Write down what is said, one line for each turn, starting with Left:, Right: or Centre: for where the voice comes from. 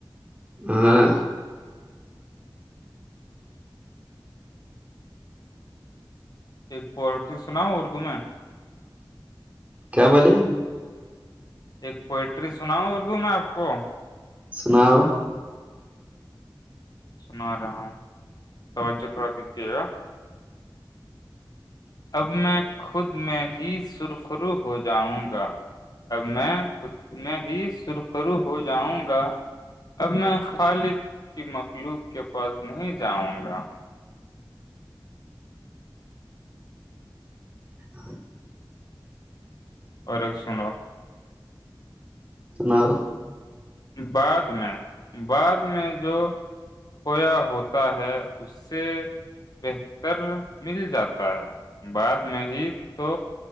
Right: ہاں
Left: ایک پولٹ سناؤ اردو میں
Right: کیا بولے
Left: ایک پوئٹری سنا ہوں اردو میں آپ کو
Right: سناؤ
Left: سنا رہا ہوں توجہ تھوڑا دجیے گا اب میں خود میں ہی سرخرو ہو جاؤں گا اب میں خود میں ہی سرخرو ہو جاؤں گا اب میں خالق کی مخلوق کے پاس نہیں جاؤں گا
Right: ہاں
Left: اور ایک سنو
Right: سناؤ
Left: بعد میں بعد میں جو کھویا ہوتا ہے اس سے بہتر مل جاتا ہے بعد میں ہی تو